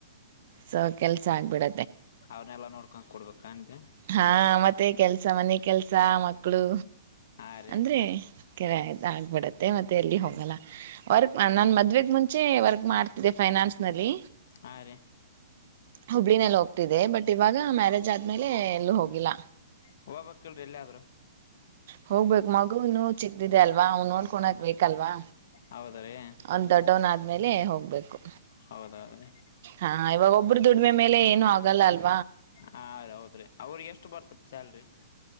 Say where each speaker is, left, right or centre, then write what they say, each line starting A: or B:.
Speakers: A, on the right; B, on the left.
A: ಸೊ ಕೆಲ್ ಸಾಗ್ಬಡ್
B: ಅವ್ರ್ನೆೆಲ್ಲ ನೋಡ್ಕೊಂಡ ಕೊಡ್ಬೇಕ ಮತ್ತೆ
A: ಹಾ ಮತ್ತೆ ಕೆಲ್ಸ ಮನೆ ಕೆಲ್ಸ ಮಕ್ಳು.
B: ಹಾ ರೀ
A: ಅಂದ್ರೆ ಕೆರೆ ಆಗ್ಬಿಡತ್ತೆ ಮತ್ತೆ ಎಲ್ಲಿ ಹೋಗಲ್ಲ ವರ್ಕ್ ನಾನು ಮದುವೆಗೆ ಮುಂಚೆ ವರ್ಕ್ ಮಾಡ್ತಿದ್ದೆ ಫೈನಾನ್ಸ್ನಲ್ಲಿ
B: ಹಾ ರೀ
A: ಹುಬ್ಬಳಿನಲ್ಲ ಇದೆ ಬಟ್ ಇವಾಗ ಮ್ಯಾರೇಜ್ ಆದ್ಮೇಲೆ ಎಲ್ಲೂ ಹೋಗಿಲ್ಲ
B: ಹೋಗಬೇಕಕ್ಲ್ರಿ ಎಲ್ಲಿಯಾದ್ರು
A: ಹೋಗ್ಬೇಕಕ್ ಮಗು ಇನ್ನು ಚಿಕ್ದಿದೆ ಅಲ್ವಾ ಅವ್ ನೋಡ್ಕೊಂಡಕ್ ಬೇಕಲ್ವಾ
B: ಹೌದ ರೀ
A: ಅವ್ನ್ ದಡ್ಡವನ್ ಆದ್ಮೇಲೆ ಹೋಗ್ಬೇಕು
B: ಹೌದ ಅದೇ
A: ಹಾ ಇವಾಗ ಒಬ್ರು ದುಡಿಮೆ ಮೇಲೆ ಏನು ಆಗಲ್ಲ ಅಲ್ವಾ.
B: ಹದ ಹೌದ್ರಿ ಅವ್ರಿಗೆ ಎಷ್ಟು ಬರ್ತ ಸ್ಯಲ್ರಿ